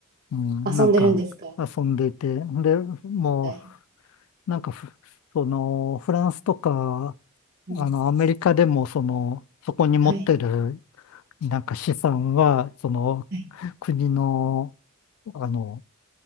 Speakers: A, on the left (about 70°); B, on the right (about 45°).
A: うん、
B: 遊んでるんですか
A: なんか遊んでいて、で、もう
B: お題。
A: なんかふ、その、フランスとか、
B: うん。
A: あの、アメリカでも、その、そこに持ってる、
B: はい。
A: なんか資産は、その、
B: はい。
A: 国の、あの、